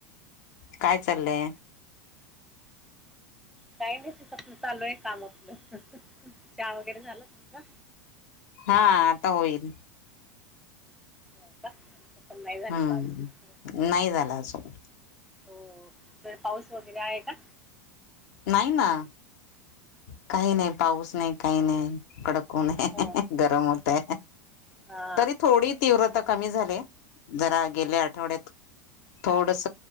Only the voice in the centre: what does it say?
काही नाहीच आपलं चालू आहे काम आपलं चहा वगैरे झाला तुमचा?
हो का? <inaudible> झालेला
अजून. हो.
हो, जर पाऊस वगैरे आहे का?
हा.
हा.